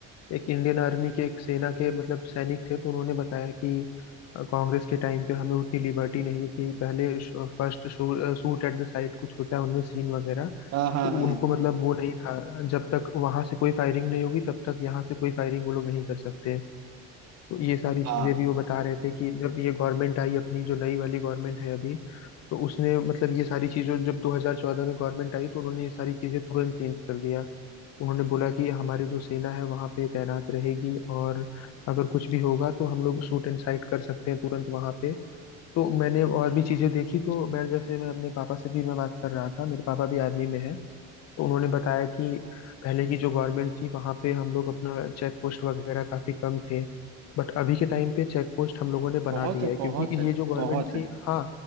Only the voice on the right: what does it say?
हाँ हाँ
हाँ
हाँ
बहुत
है
बहुत है
बहुत है